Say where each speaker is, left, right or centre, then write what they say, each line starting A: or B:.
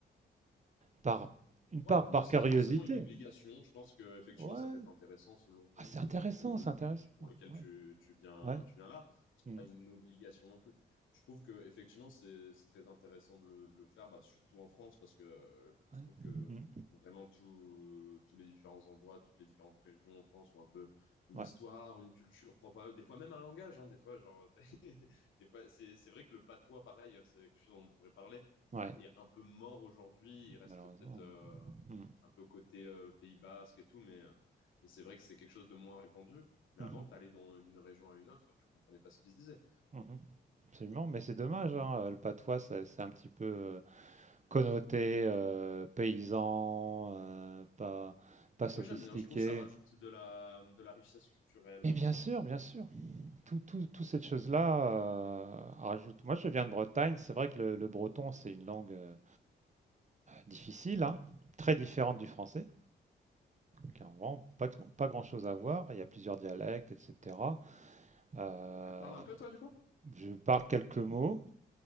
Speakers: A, on the right; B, on the left.
A: par une part
B: Ouais, pour
A: par
B: moi, c'est
A: curiosité.
B: pas forcément une obligation. Je pense que effectivement,
A: Ouais,
B: ça peut être intéressant selon ton
A: ah, c'est intéressant,
B: le
A: c'est
B: but
A: intéressant.
B: pour lequel
A: Ouais,
B: tu, tu viens
A: ouais.
B: tu viens là. C'est
A: Mmh.
B: pas une obligation non plus. Je trouve que effectivement, c'est c'est très intéressant de le, de le faire, bah, surtout en France, parce que euh,
A: Ouais.
B: je trouve que
A: Mmh.
B: vraiment tout, tous les différents endroits, toutes les différentes régions en France ont un peu une
A: Ouais,
B: histoire, une culture propre à eux. Des fois même un langage, hein. Des fois, genre des fois, c'est, c'est vrai que le patois, pareil, euh, c'est quelque chose dont on pourrait parler,
A: ouais,
B: est un peu mort aujourd'hui. Il reste
A: malheureusement,
B: peut-être euh,
A: ouais. Mmh.
B: un peu côté euh, Pays Basque et tout, mais, euh, mais c'est vrai que c'est quelque chose de moins répandu. Mais
A: Mmh
B: avant,
A: mh.
B: t'allais dans- d'une région à une autre, tu comprenais pas ce qui se disait.
A: Mmh Absolument, mais c'est dommage, hein, le patois, c'est c'est un petit peu, heu, connoté, heu, paysan, heu, pas pas sophistiqué.
B: Moi, j'aime bien. Je trouve que ça rajoute de la, de la richesse culturelle.
A: mais bien sûr, bien sûr, tout tout toutes ces choses là heu, rajoute moi je viens de Bretagne, c'est vrai que le le breton, c'est une langue, heu, difficile, hein, très différente du français, qui a vraiment pas de pas grand-chose à voir. Il y a plusieurs dialectes et cetera. Heu,
B: Tu le parles un peu, toi, du coup?
A: je parle quelques mots.